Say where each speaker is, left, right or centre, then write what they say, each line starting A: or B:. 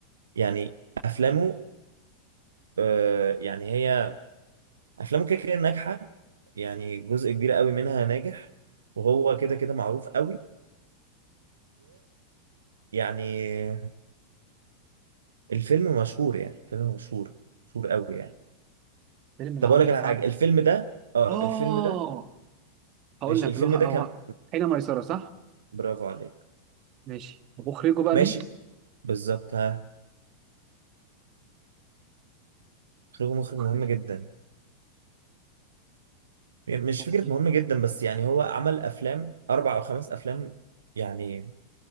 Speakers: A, on the right; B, on the right.
A: يعني افلامه آه يعني هي افلامه كده كده ناجحه يعني جزء كبير قوي منها ناجح وهو كده كده معروف قوي ويعني الفيلم مشهور يعني فيلم مشهور مشهور قوي يعني
B: فيلم لعمرو
A: طب اقول لك على
B: سعد
A: حاجه الفيلم ده اه
B: اه
A: الفيلم ده
B: هقول
A: ماشي
B: لك
A: الفيلم
B: اللي هو هو-
A: ده كان
B: حين ميسره صح
A: برافو عليك
B: ماشي طب مخرجه بقى
A: ماشي
B: مين
A: بالظبط ها مخرج مخرج
B: مخرج
A: مهم جدا يعني مش
B: مخرج.
A: فكرة مهم جدا بس يعني هو عمل أفلام أربع أو خمس أفلام يعني